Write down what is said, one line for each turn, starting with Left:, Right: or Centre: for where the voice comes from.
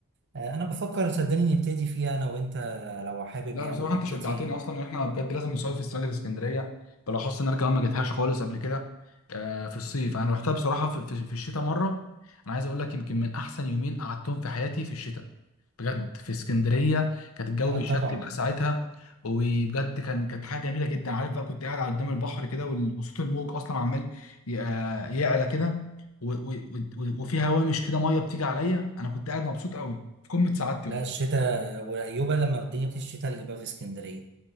Right: آه، انا بفكر صدقني نبتدي فيها انا وانت لو حابب
Left: لا
Right: يعني
Left: بصراحه
Right: نبتدي
Left: انت شجعتني اصلا ان احنا بجد لازم نصيف في السنه دي في اسكندريه بالاخص ان انا كمان ما جيتهاش خالص قبل كده آه، في الصيف انا رحتها بصراحه في في في الشتاء مره انا عايز اقول لك يمكن من احسن يومين قعدتهم في حياتي في الشتاء بجد في اسكندريه كانت الجو
Right: اه
Left: بيشتي
Right: طبعا
Left: بقى ساعتها وبجد كان كانت حاجه جميله جدا عارف بقى كنت قاعد على قدام البحر كده وال- وصوت الموج اصلا عمال ي- آه، يعلى كده و- و- و- وفي هوامش كده ميه بتيجي عليا انا كنت قاعد مبسوط قوي في قمه سعادتي
Right: لا
Left: والله
Right: الشتاء وايوبا لما الدنيا بتشتي تلج بقى في اسكندرية